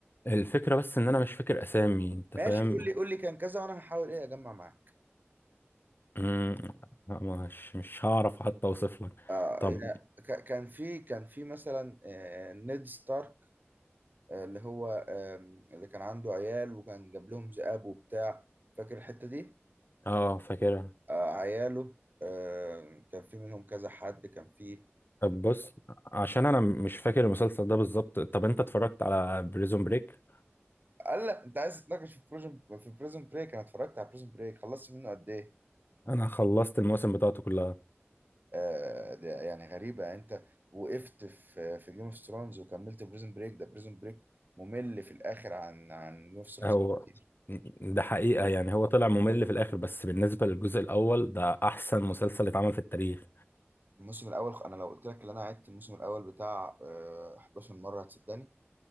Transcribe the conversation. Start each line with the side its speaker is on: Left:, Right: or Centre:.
Left: الفكره بس ان انا مش فاكر اسامي انت
Right: ماشي
Left: فاهم
Right: قول لي قول لي كان كذا وأنا هحاول إيه أجمع معاك
Left: مم، مش مش هعرف حتى اوصف لك
Right: آه
Left: طب
Right: يعني ك- كان في كان في مثلا آه، نيد ستارك آه، اللي هو آم، اللي كان عنده عيال وكان جاب لهم ذئاب وبتاع فاكر الحتة دي؟
Left: اه فاكرها
Right: آه، عياله آه، كان في منهم كذا حد كان في
Left: طب بص عشان انا مش فاكر المسلسل ده بالظبط طب انت اتفرجت على بريزون بريك
Right: قال لا انت عايز تتناقش في بروجن في بريزون بريك انا اتفرجت على بريزون بريك خلصت منه قد ايه
Left: انا خلصت المواسم بتاعته كلها
Right: آه، ده يعني غريبه يعني انت وقفت في في جيم اوف ثرونز وكملت بريزون بريك ده بريزون بريك ممل في الاخر عن عن جيم اوف ثرونز
Left: هو
Right: كتير
Left: ده حقيقه يعني هو طلع ممل في الاخر بس بالنسبه للجزء الاول ده احسن مسلسل اتعمل في التاريخ
Right: الموسم الاول انا لو قلت لك ان انا عدت الموسم الاول بتاع آه، 11 مره هتصدقني